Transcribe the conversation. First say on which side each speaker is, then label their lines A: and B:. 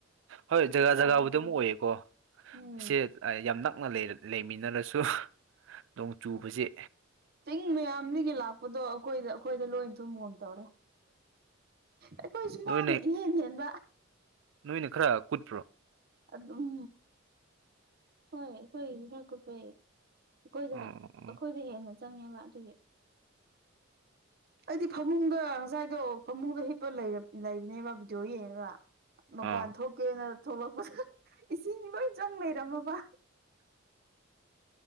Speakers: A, on the right (about 65°); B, on the right (about 50°).
A: ꯍꯣꯏ ꯖꯒꯥ
B: ꯑꯗꯨꯋꯥꯏꯗꯔ
A: ꯖꯒꯥꯕꯨꯗꯤ
B: ꯈꯪꯗꯦ
A: ꯑꯗꯨꯝ ꯑꯣꯏꯌꯦꯀꯣ
B: ꯎꯝ
A: ꯑꯁꯤꯦ ꯌꯥꯝ ꯅꯛꯅ ꯂꯩꯃꯤꯟꯅꯔꯁꯨ ꯅꯣꯡ ꯆꯨꯕꯁꯤꯦ
B: ꯆꯤꯡ ꯃꯌꯥꯝꯗꯒꯤ ꯂꯥꯛꯄꯗꯣ ꯑꯩꯈꯣꯏꯗ ꯑꯩꯈꯣꯏꯗ ꯂꯣꯏ ꯊꯨꯝꯕꯒꯝ ꯇꯧꯔꯦ ꯑꯩꯈꯣꯏꯁꯨ
A: ꯅꯣꯏꯅ
B: ꯃꯥꯡꯅ ꯏꯍꯟ ꯍꯟꯕ
A: ꯅꯣꯏꯅ ꯈꯔ ꯀꯨꯠꯄ꯭ꯔꯣ
B: ꯑꯗꯨꯝ ꯍꯣꯏ ꯑꯩꯈꯣꯏ ꯀꯨꯞꯄꯩ ꯑꯩꯈꯣꯏꯗꯅ
A: ꯑꯥ ꯑꯥ
B: ꯑꯩꯈꯣꯏꯗ ꯍꯦꯟꯅ ꯆꯪꯉꯦꯕ ꯑꯗꯨꯒꯤ ꯑꯩꯗꯤ ꯐꯃꯨꯡꯗ ꯉꯁꯥꯏꯗꯣ ꯐꯃꯨꯡꯗ ꯍꯤꯞꯄ ꯂꯩꯕꯅꯦꯕ ꯚꯗꯤꯑꯣ ꯌꯦꯡꯉꯒ ꯃꯄꯥꯟ
A: ꯑꯥ
B: ꯊꯣꯛꯀꯦꯅ ꯊꯣꯛꯂꯛꯄ ꯏꯁꯤꯡ ꯂꯣꯏ ꯆꯪ ꯂꯩꯔꯝꯃꯕ